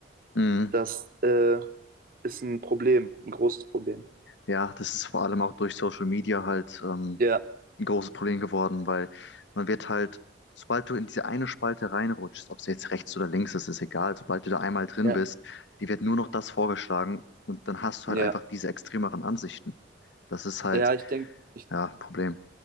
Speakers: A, on the left; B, on the right.
A: Mhm.
B: Das äh, ist ein Problem, ein großes Problem.
A: Ja, das ist vor allem auch durch Social Media halt ähm,
B: Ja,
A: ein großes Problem geworden, weil man wird halt, sobald du in diese eine Spalte reinrutschst, ob es jetzt rechts oder links ist, ist egal, sobald du da einmal drin
B: ja,
A: bist, die wird nur noch das vorgeschlagen und dann hast du
B: ja.
A: halt einfach diese extremeren Ansichten. Das ist halt,
B: Ja, ich denke, ich,
A: ja, Problem.